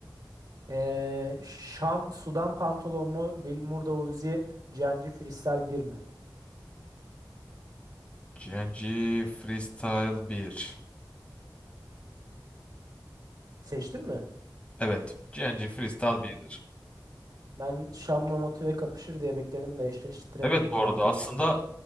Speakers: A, on the right; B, on the left.
A: Ee, Şam, Sudan pantolon mu? Lil Murda Uzi, Cenci Freestyle bir mi?
B: GNG Freestyle bir.
A: Seçtin mi?
B: Evet. GNG Freestyle birdir.
A: Ben Şam'la motive kapışır diye bekledim de eşleştiremedim
B: Evet bu
A: kanka
B: arada aslında
A: bir türlü.